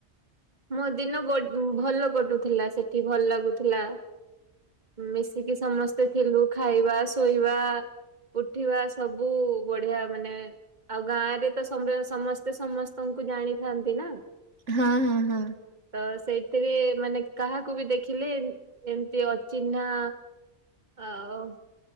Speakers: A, on the right (about 40°); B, on the right (about 80°).
A: ମୋ ଦିନ ବ ଭଲ କଟୁଥିଲା ସେଠି ଭଲ ଲାଗୁଥିଲା। ମିଶିକି ସମସ୍ତେ ଥିଲୁ ଖାଇବା ଶୋଇବା ଉଠିବା ସବୁ ବଢ଼ିଆ ମାନେ ଆଉ ଗାଁରେତ ସ ସମସ୍ତେ ସମସ୍ତଙ୍କୁ ଜାଣିଥାନ୍ତିନା।
B: ହଁ ହଁ ହଁ।
A: ତ ସେଇଥିରେ ମାନେ କାହାକୁବି ଦେଖିଲେ ଯେମିତି ଅଚିହ୍ନା ଆଉ?